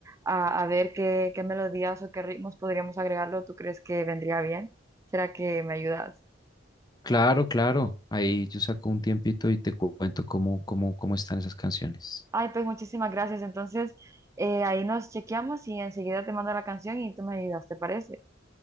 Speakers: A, on the right; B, on the left.
A: a, a ver qué, qué melodías o qué ritmos podríamos agregarlo? ¿Tú crees que vendría bien? ¿Será que me ayudas?
B: Claro, claro. Ahí yo saco un tiempito y te cuento cómo, cómo, cómo están esas canciones.
A: Ay, pues muchísimas gracias. Entonces, eh, ahí nos chequeamos y enseguida te mando la canción y tú me ayudas, ¿te parece?